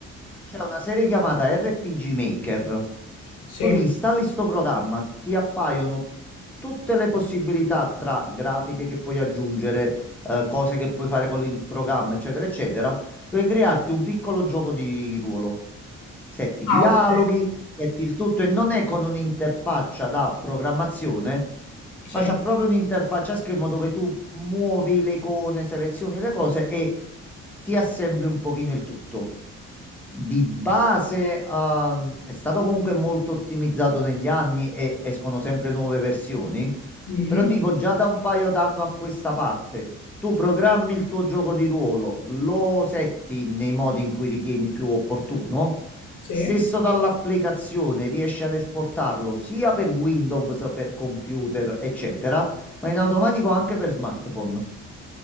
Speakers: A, in the centre; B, on the left (about 80°).
A: C'è una serie chiamata RPG Maker.
B: sì.
A: Tu li installi sto programma, ti appaiono tutte le possibilità tra grafiche che puoi aggiungere, eh, cose che puoi fare con il programma, eccetera, eccetera. Puoi crearti un piccolo gioco di ruolo. Setti i
B: Ah,
A: dialoghi,
B: ok.
A: setti il tutto e non è con un'interfaccia da programmazione,
B: Sì.
A: ma c'è proprio un'interfaccia a schermo dove tu muovi le icone, selezioni le cose e ti assembli un pochino il tutto. Di base, ehm, è stato comunque molto ottimizzato negli anni e escono sempre nuove versioni,
B: mhm,
A: però tipo già da un paio d'anni a questa parte, tu programmi il tuo gioco di ruolo, lo setti nei modi in cui ritieni più opportuno.
B: Sì.
A: Stesso dall'applicazione riesci ad esportarlo sia per Windows, per computer, eccetera, ma in automatico anche per smartphone.